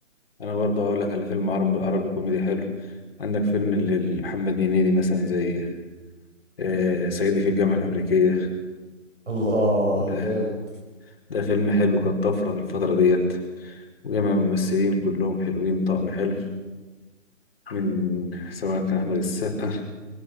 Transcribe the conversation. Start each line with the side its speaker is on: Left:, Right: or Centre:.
Left: انا برضه هقول لك على فيلم عربي عربي كوميدي حلو عندك فيلم لمحمد هنيدي مثلا زي آه صعيدي في الجامعه الامريكيه
Right: <laughs> الله
Left: ده,
Right: جامد
Left: ده فيلم حلو كان طفره في الفتره ديت وجمع ممثلين كلهم حلوين طقم حلو من سواء كان احمد السقا